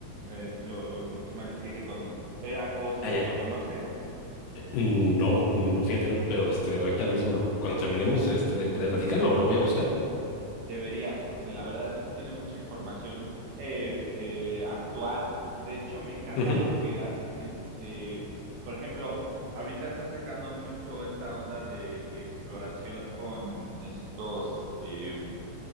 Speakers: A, on the right; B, on the left.
A: Eh, lo, lo pronuncié mal, es que dije Cosmos. Era Cosmo,
B: Allá.
A: ¿lo conoces?
B: No, no, fíjate, no, pero este, ahorita mismo, lo, cuando terminemos este, de, de platicar, lo, lo voy a buscar.
A: Deberías, porque la verdad es que tiene mucha información eh, eh, actual. De hecho, me encanta
B: Ujú,
A: porque hacen este, por ejemplo, ahorita están sacando mucho esta onda de exploración con estos, este,